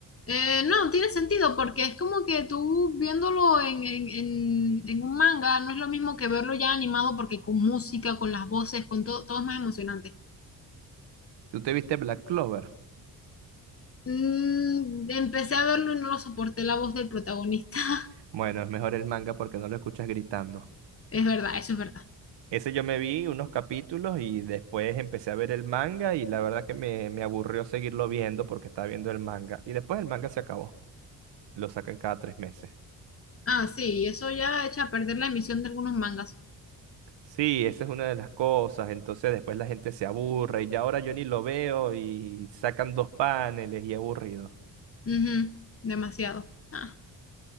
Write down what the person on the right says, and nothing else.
¿Tú te viste Black Clover?
Bueno, es mejor el manga porque no lo escuchas gritando.
Ese yo me vi unos capítulos y después empecé a ver el manga y la verdad que me, me aburrió seguirlo viendo porque estaba viendo el manga. Y después el manga se acabó. Lo sacan cada tres meses.
Sí, esa es una de las cosas. Entonces después la gente se aburre y ya ahora yo ni lo veo y sacan dos paneles y aburrido.